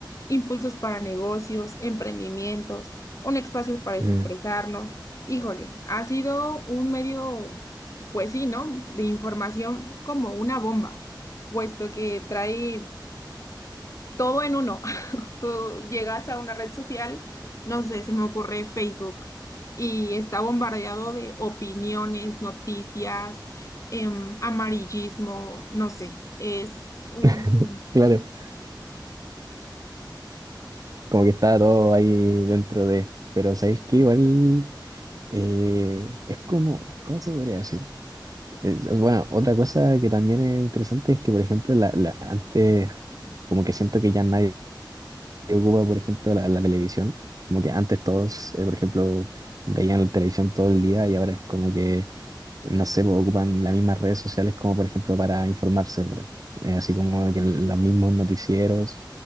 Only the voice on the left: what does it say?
impulsos para negocios, emprendimientos, un espacio para expresarnos.
Híjole, ha sido un medio pues sí, ¿no? De información como una bomba, puesto que trae todo en uno. <laughs> Tú llegas a una red social, no sé, se me ocurre Facebook, y está bombardeado de opiniones, noticias, em, amarillismo, no sé, es un...